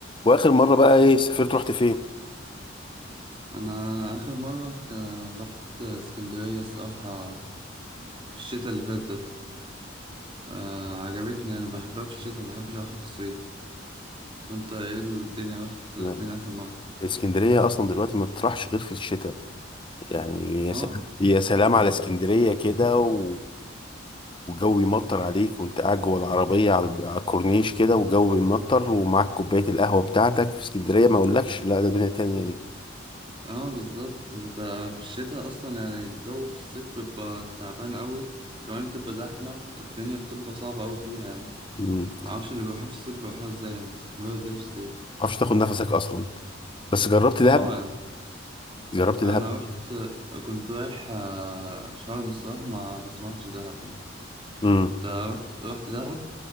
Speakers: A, on the left; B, on the right.
A: واخر مره بقى ايه سافرت رحت فين
B: انا اخر مره ك- رحت اسكندريه الصراحه في الشتاء اللي فات ده آه عجبتني انا بحبها في الشتاء ما بحبش اروحها في الصيف وانت ايه الدنيا رحت
A: نعم.
B: فين اخر مره
A: اسكندريه اصلا دلوقتي ما بتروحش غير في الشتاء يعني يا
B: اه
A: سلام يا سلام على اسكندريه كده و- وجو يمطر عليك وانت قاعد جوه العربيه على الب- على الكورنيش كده وجو بيمطر ومعاك كوبايه القهوه بتاعتك في اسكندريه ما اقولكش لا ده دنيا تانية دي
B: اه بالظبط انت في الشتاء اصلا يعني الجو في الصيف بيبقى تعبان قوي وكمان بتبقى زحمه الدنيا بتبقى صعبه قوي فيها يعني
A: ما
B: ما اعرفش اللي بيروحوها في الصيف بيروحوها ازاي يعني بيستحملوها ازاي في الصيف
A: تعرفش تاخد نفسك اصلا بس جربت
B: اه
A: دهب
B: يعني
A: جربت دهب
B: انا رحت كنت رايح آه، شرم الصراحه ما بس ما رحتش دهب يعني.
A: امم
B: انت رحت رحت دهب